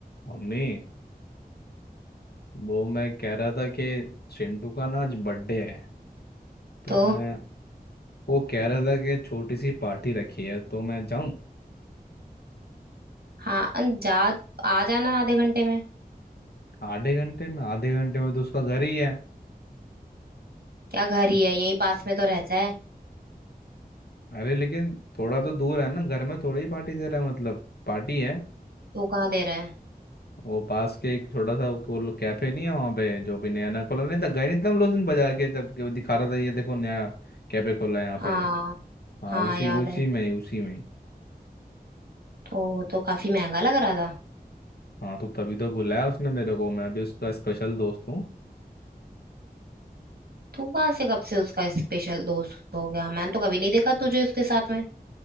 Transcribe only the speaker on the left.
Mummy वो मैं कह रहा था कि चिंटू का ना आज बर्थडे है तो
मैं वो कह रहा था कि छोटी सी पार्टी रखी है तो मैं जाऊं
आधे घंटे में आधे घंटे में तो उसका घर ही है
अरे लेकिन थोड़ा तो दूर है ना घर में थोड़ी ही पार्टी दे रहा है मतलब पार्टी है
वो पास के एक छोटा सा वो वो लोग कैफे नहीं है वहाँ पे जो भी नया नया खोला नहीं था गए नहीं थे हम लोग उस दिन बाजार के जब के वो दिखा रहा था ये देखो नया कैफे खोला है यहाँ पे
हाँ
उसी
उसी
में ही उसी में ही
हाँ तो तभी तो बुलाया उसने मेरे को मैं भी उसका स्पेशल दोस्त हूँ